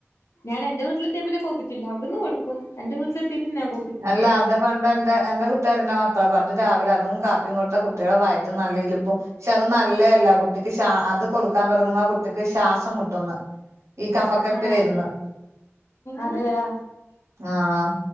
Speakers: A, on the left; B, on the right.
A: ഞാനെന്റെ വീട്ടിലെത്തിയാപിന്നെ കൊക്കത്തില്ല. അവിട്ന്ന് കൊട്ക്കും. എന്റെ വീട്ടിലെത്തിയാ പിന്നെ ഞാൻ കൊ
B: അല്ലാ, അത് പണ്ടെന്റെ എന്റെ വ് തരന്റെ മക്കള, അപ്പോ അത് രാവിലെ അതും കാപ്പിയും കൊട്ത്ത കുട്ട്യേളെ വായറ്റും നല്ലരീയില് <unintelligible> ക്ഷെ, അതും നല്ലേല്ല. കുട്ടിക്ക് ശാ അത് കൊട്ക്കാൻ തെടങ്ങുമ്പോ കുട്ടിക്ക് ശ്വാസം മുട്ടുന്ന്. ഈ കഫക്കെട്ട്
A: ആഹ്
B: വെര്ന്ന്.
A: അതെയാ
B: ആഹ്!